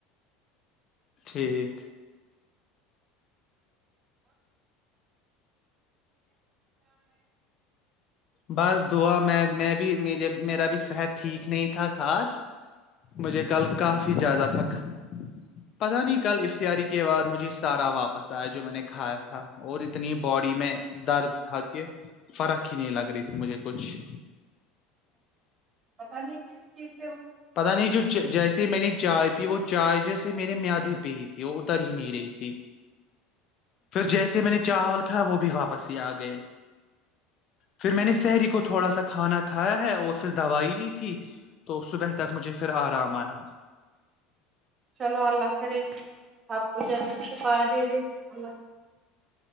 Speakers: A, on the left; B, on the right.
A: ٹھیک بس دعا میں میں بھی میرے میرا بھی سحٹ ٹھیک نہیں تھا خاص مجھے کل کافی زیادہ تک پتہ نہیں کل افتاری کے بعد مجھے سارا واپس آیا جو میں نے کھایا تھا اور اتنی باڈی میں درد تھا کہ فرق ہی نہیں لگا تھی مجھے کچھ
B: ک ک
A: پتا نہیں جو جیسے میں نے چائے پی وہ چائے جیسے میرے میادی پہ ہی تھی وہ اتر ہی نہیں رہی تھی پھر جیسے میں نے چاول ہے وہ بھی واپس ہی آ گئے پھر میں نے شہری کو تھوڑا سا کھانا کھایا ہے اور پھر دوائی لی تھی تو صبح مجھے پھر آرام آیا اچ
B: چلو اللہ کرے کے آپ کو جلدی سےفا اللہ